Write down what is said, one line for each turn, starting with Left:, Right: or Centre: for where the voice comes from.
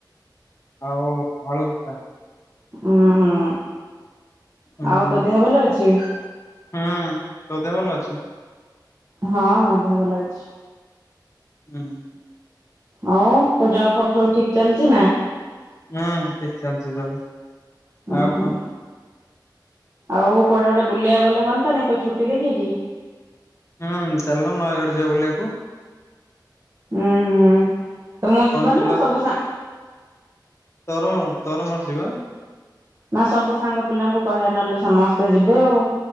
Left: ଆଉ ଆଳୁ ଚକଟା।
Right: ଉୁଁ ହୁଁ।
Left: ଉଁ
Right: ଆଉ
Left: ହୁଁ
Right: ତୋ ଦେହ ଭଲ ଅଛି?
Left: ହୁଁ ତୋ ଦେହ ଭଲ ଅଛି?
Right: ହଁ ମଦେହ ଭଲ ଅଛି।
Left: ହୁଁ।
Right: ଆଉ ତୋ ଜବ୍ ଫବ୍ ସବୁ ଠିକ୍ ଚାଲିଚିନା?
Left: ହୁଁ ଠିକ୍ ଚାଲିଚି ସବୁ
Right: ହୁଁ
Left: ଆଉ
Right: ହୁଁ।
Left: କଣ?
Right: ଆଉ କୁଆଡ଼େ ଗୋଟେ ବୁିଲିବାକୁ ଗଲେ ହନ୍ତାନି ତୋଛୁଟି ଦେଖିକି।
Left: ହୁଁ ଚାଲୁନୁ ନୟାଗଡ଼ ଯିବା ବୁଲିବାକୁ?
Right: ଉଁ ହୁଁ ତୁ ମୁଁ ଯିବାନା
Left: କଣ୍ଟିଲ
Right: ସବୁ ସା
Left: ତର ତର ମର ଯିବା।
Right: ନା ସବୁ ସାଙ୍ଗ ପିଲାଙ୍କୁ କହିବା ନହେଲେ ସମସ୍ତେ ଯିବେ ଆଉ।